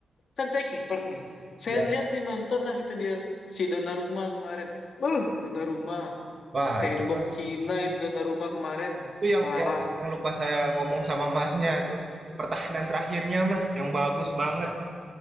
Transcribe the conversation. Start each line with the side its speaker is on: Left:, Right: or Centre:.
Left: kan saya kiper nih. Saya
Right: Ya.
Left: lihat nih nonton lah itu dia si Donnarumma kemarin. Uh, Donnarumma,
Right: Wah,
Left: tembok
Right: itu Mas.
Left: Cina itu Donnarumma
Right: Itu,
Left: kemarin.
Right: itu yang
Left: Parah.
Right: yang yang lupa saya ngomong sama Masnya tuh. Pertahanan terakhirnya, Mas, yang bagus banget